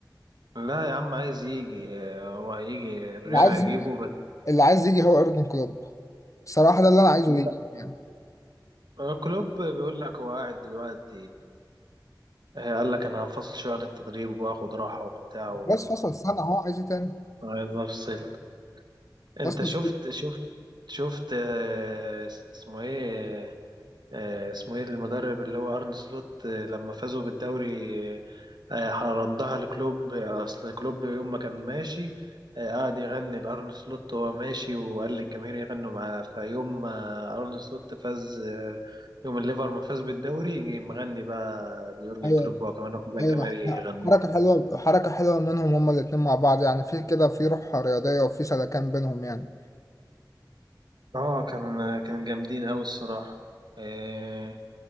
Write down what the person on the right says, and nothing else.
لا يا عم عايز يجي آه، هو هيجي الريال
هيجيبه
بس
لا،
آه، كلوب بيقول لك هو قاعد دلوقتي آه، قال لك انا هنفصل شويه عن التدريب واخد راحه وبتاع
وعايز افصل انت
شفت
شفت شفت آه، اسمه ايه آه، اسمه ايه المدرب اللي هو ارن سلوت آه، لما فازوا بالدوري آه، آه، ردها لكلوب آه، اصل كلوب يوم ما كان ماشي آه، قعد يغني لارن سلوت وهو ماشي وقال للجماهير يغنوا معاه فيوم ما ارن سلوت فاز آه، يوم الليفر ما فاز بالدوري جه مغني بقى ليورجن
كلوب وهو كمان واخد الجماهير
يغنوا
اه كان كان جامدين قوي الصراحه آه